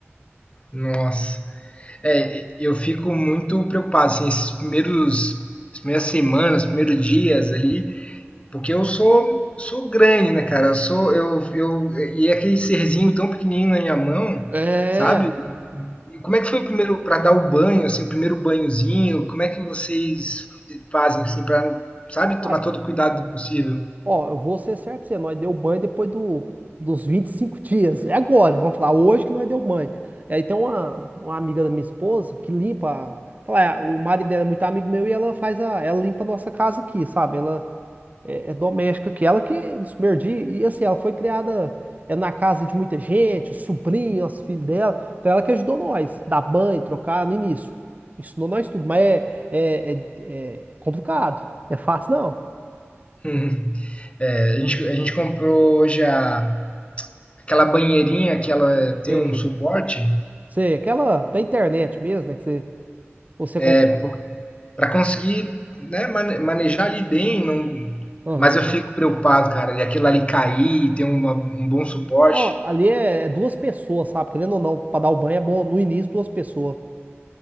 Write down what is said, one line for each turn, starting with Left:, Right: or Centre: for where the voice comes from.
Left: nossa. É, eu fico muito preocupado, assim, esses primeiros, as primeiras semanas, os primeiros dias ali, porque eu sou, sou grande, né, cara? Eu sou, eu, eu, e é aquele serzinho tão pequenininho na minha mão,
Right: É,
Left: sabe? E como é que foi o primeiro, para dar o banho, assim, o primeiro banhozinho? Como é que vocês fazem, assim, para, sabe,
Right: cara.
Left: tomar todo o cuidado possível? <laughs>
Right: Ó, eu vou ser certo pra você, nós deu banho depois do, dos 25 dias. É agora, vamos falar, hoje que nós deu banho. E Aí tem uma, uma amiga da minha esposa que limpa. Fala, ah, o marido dela é muito amigo meu e ela faz a. Ela limpa a nossa casa aqui, sabe? Ela é, é doméstica aqui. Ela que nos perdi. E assim, ela foi criada é, na casa de muita gente, o sobrinho, os filhos dela. Então ela que ajudou nós, dar banho, trocar no início. Ensinou nós tudo, mas é, é, é, é complicado. Não é fácil, não.
Left: Uhum. É, a gente, a gente comprou hoje a, aquela banheirinha que ela tem
Right: É.
Left: um suporte
Right: Sei, aquela da internet mesmo, né? Que você, você
Left: é,
Right: compra.
Left: para conseguir né, mane- manejar ali bem. Não...
Right: Aham.
Left: Mas eu fico preocupado, cara, de aquilo ali cair e ter uma- um bom suporte.
Right: Não, ali é é duas pessoas, sabe? Querendo ou não, para dar o banho é bom no início duas pessoas.